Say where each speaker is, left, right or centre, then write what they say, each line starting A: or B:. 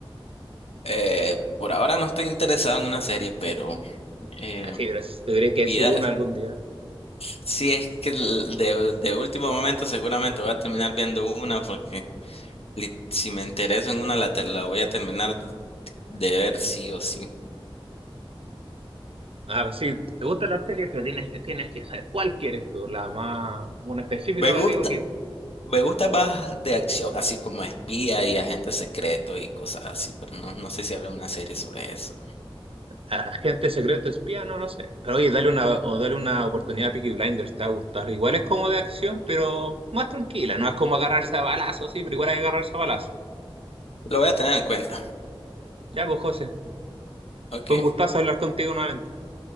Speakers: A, on the left; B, on the right.
A: eh, por ahora no estoy interesado en una serie, pero eh,
B: Así, pero si tuviera que decir
A: vida,
B: una algún día.
A: si es que l- de, de último momento seguramente voy a terminar viendo una porque li- si me intereso en una la, te- la voy a terminar de ver sí o sí.
B: Ah, pues sí, te gustan las series, pero tienes, tienes que saber cuál quieres tú, la más, una específica
A: Me
B: para
A: gusta.
B: ti, porque
A: Me gusta más de acción, así como espía y agente secreto y cosas así, pero no, no sé si habrá una serie sobre eso.
B: agente secreto, espía, no lo sé. Pero oye, dale una, o dale una oportunidad a Peaky Blinders, te va a gustar. Igual es como de acción, pero más tranquila, no es como agarrarse a balazos, sí, pero igual hay que agarrarse a balazos.
A: Lo voy a tener en cuenta.
B: Ya, pues José,
A: Ok,
B: fue un gustazo hablar contigo nuevamente.